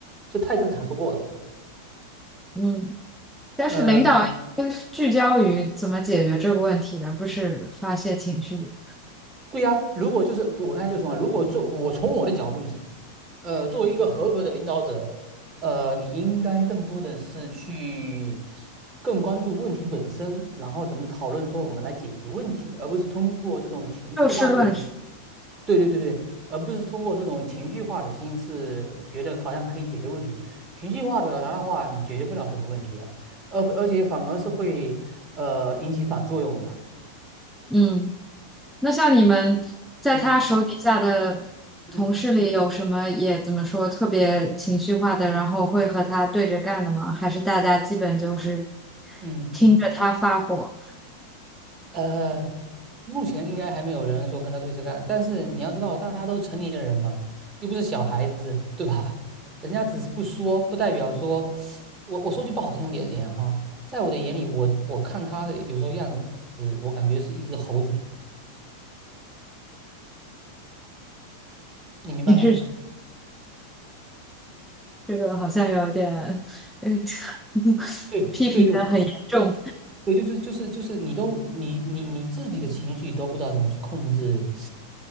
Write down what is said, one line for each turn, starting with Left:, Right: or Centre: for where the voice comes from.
Right: 这太正常不过了嘛。
Centre: 嗯，但是领导应该是聚焦于怎么解决这个问题，
Right: 呃，
Centre: 而不是发泄情绪，
Right: 对呀、如果就是我刚才就说嘛，如果做我从我的角度讲，呃，作为一个合格的领导者，呃，你应该更多的是去更关注问题本身，然后怎么讨论说我们来解决问题，而不是通过这种情绪化的一种
Centre: 就事论事。
Right: 对对对对，而不是通过这种情绪化的心思，觉得好像可以解决问题。情绪化的表达的话，你解决不了什么问题的，而而且反而是会呃引起反作用的。
Centre: 嗯。那像你们在他手底下的同事里，
Right: 嗯嗯。
Centre: 有什么也怎么说特别情绪化的，然后会和他对着干的吗？还是大家基本就是
Right: 嗯
Centre: 听着他发火？
Right: 呃，目前应该还没有人说跟他对着干，但是你要知道，大家都是成年人嘛，又不是小孩子，对吧？人家只是不说，不代表说，我我说句不好听点点哈，在我的眼里，我我看他的有时候样子，我感觉是一只猴子，你明白吗？
Centre: <laughs> 你是这个好像有点，嗯，<laughs>
Right: 对对对
Centre: 批评的很严重。
Right: 对，就是就是就是，你都你你你自己的情绪都不知道怎么去控制，